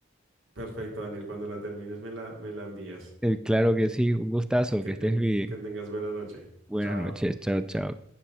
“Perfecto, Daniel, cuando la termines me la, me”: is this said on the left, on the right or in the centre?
Right